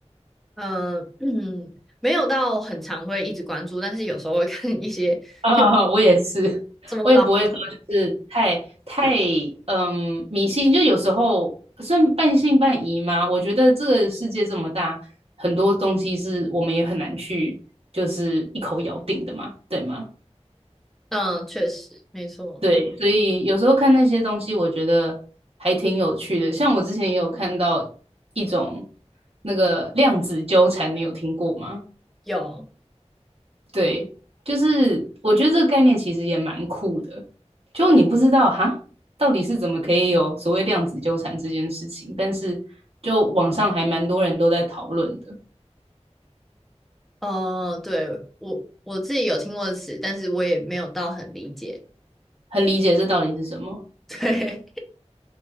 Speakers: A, in the centre; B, on the right.
A: 嗯、嗯，没有到很常会一直关注，但是有时候会 <laughs> 看一些，
B: <laughs> 啊、
A: 对，
B: 我也是，
A: 怎么了？
B: 我也不会说就是太太嗯迷信，就有时候算半信半疑嘛。我觉得这个世界这么大，很多东西是我们也很难去就是一口咬定的嘛，对吗？
A: 嗯，确实，没错，
B: 对，所以有时候看那些东西，我觉得还挺有趣的。像我之前也有看到一种那个量子纠缠，你有听过吗？
A: 有。
B: 对，就是我觉得这个概念其实也蛮酷的，就你不知道哈，到底是怎么可以有所谓量子纠缠这件事情，但是就网上还蛮多人都在讨论的，
A: 呃，对，我我自己有听过的词，但是我也没有到很理解。
B: 很理解这到底是什么。
A: <laughs> 对，